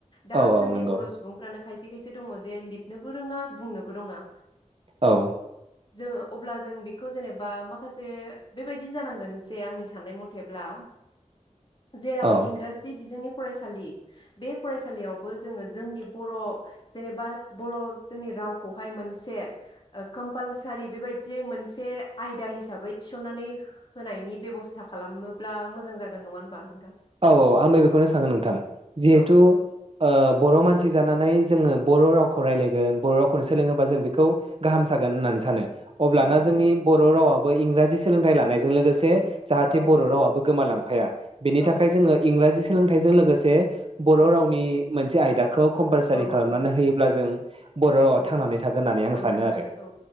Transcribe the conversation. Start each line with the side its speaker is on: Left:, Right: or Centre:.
Left: दा
Right: औ औ
Left: जोंनि
Right: नंगौ
Left: बर' सुबुंफ्रानो खायसे खायसे खायसे दङ जे लिरनो बोरोङा बुंनोबो रोङा
Right: औ
Left: जों अब्ला जों बेखौ जेनेबा माखासे बेबायदि जानांगोन जे आंनि साननाय मथेब्ला जेराव
Right: औ
Left: इंराजि बिजोंनि फरायसालि बे फरायसालियावबो जोङो जोंनि बर' जेनेबा बर' जोंनि रावखौहाय मोनसे ओ कम्पालसारि बेबायदियै मोनसे आयदा हिसाबै थिसननानै होनायनि बेब'स्था खालामोब्ला मोजां जागोन नङा होमबा नों
Right: औ औ आंबो बेखौनो सानो नोंथां जिहेथु
Left: औ
Right: ओ बर' मानसि जानानै जोङो बर' रावखौ रायज्लायगोन बर' रावखौनो सोलोङोबा जों बेखौ गाहाम जागोन होननानै सानो। अब्लाना
Left: औ नंगौ
Right: जोंनि
Left: नोंथां
Right: बर' रावा इंराजि सोलोंथाइ लानायजों लोगोसे जाहाथे
Left: औ
Right: बर'
Left: औ
Right: रावाबो गोमालांफाया बेनि
Left: औ
Right: थाखा जोङो इंराजि सोलोंथाइजों लोगोसे बर'
Left: औ
Right: रावनि मोनसे आयदा खौ कम्पालसारि
Left: औ
Right: खालामनानै
Left: औ
Right: होयोब्ला जों बर' रावा
Left: औ
Right: थांनानै थागोन होननानै आं
Left: थांनानै
Right: सानो
Left: थागोन
Right: आरो
Left: औ